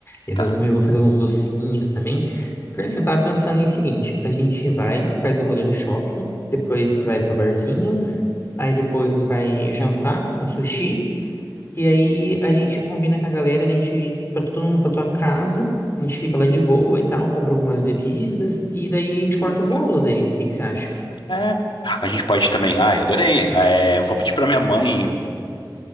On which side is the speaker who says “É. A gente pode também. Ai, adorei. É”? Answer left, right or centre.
Left